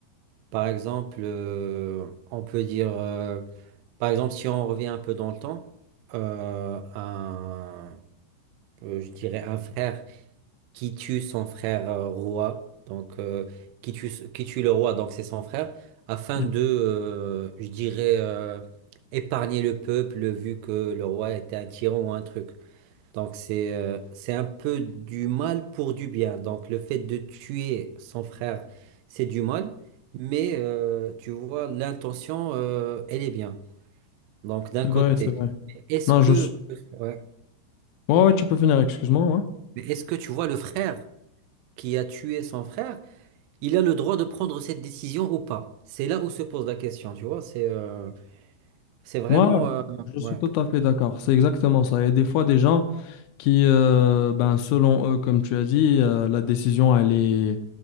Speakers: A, on the right (about 85°); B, on the left (about 85°).
A: Par exemple, euh, on peut dire, euh, par exemple, si on revient un peu dans le temps, euh, un, euh, je dirais un frère qui tue son frère euh, roi, donc euh, qui tue, qui tue le roi, donc c'est son frère, afin
B: Mhm.
A: de, euh, je dirais, euh, épargner le peuple vu que le roi était un tyran ou un truc. Donc c'est euh, c'est un peu du mal pour du bien. Donc le fait de tuer son frère, c'est du mal, mais euh, tu vois, l'intention, euh, elle est bien. Donc d'un
B: C'est
A: côté,
B: vrai, c'est vrai.
A: est-ce
B: Non,
A: que,
B: je suis...
A: ouais.
B: Ouais, ouais, tu peux finir, excuse-moi. ouais.
A: Mais est-ce que tu vois le frère qui a tué son frère, il a le droit de prendre cette décision ou pas? C'est là où se pose la question, tu vois. C'est euh, c'est vraiment...
B: Moi,
A: euh,
B: je
A: ouais,
B: suis tout à fait d'accord. C'est exactement ça. Il y a des fois des gens qui, euh, ben, selon eux, comme tu as dit, euh, la décision, elle est...